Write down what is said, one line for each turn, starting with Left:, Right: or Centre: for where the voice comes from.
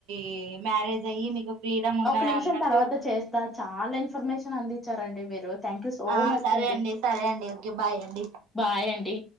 Right: ఈ మ్యారేజ్ యి మీకు ఫ్రీడమ్ ఉన్నది
Centre: ఒక నిమిషం
Right: అన్నట్టు
Centre: తర్వాత చేస్తా చాలా ఇన్ఫర్మేషన్ అందించారండి మీరు థ్యాంక్ యూ సో
Right: ఆ
Centre: మచ్
Right: సరే అండి సరే అండి ఓకే బాయ్ అండి
Centre: బాయ్ అండి